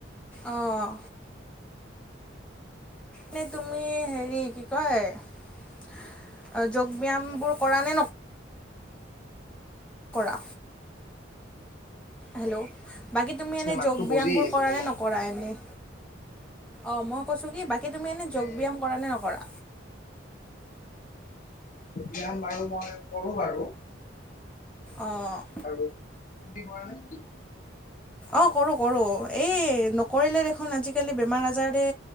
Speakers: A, in the centre; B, on the left.
A: অঁ। এনেই তুমি হেৰি কি কয় যোগ ব্যায়ামবোৰ কৰা নে নক কৰা? হেল্ল বাকী তুমি এনেই
B: মাতটো
A: যোগ ব্যায়ামবোৰ
B: বজি আহি আছে
A: কৰা
B: তোমাৰ
A: নে নকৰা এনেই? অঁ মই কৈছোঁ কি বাকী তুমি এনেই
B: মানে
A: যগ ব্যায়াম কৰা নে নকৰা।
B: ব্যায়াম বাৰু মই কৰো বাৰু।
A: অঁহ।
B: আৰু তুমি কৰা নে?
A: অঁ কৰোঁ কৰোঁ, এই নকৰিলে দেখোন আজিকালি বেমাৰ আজাৰে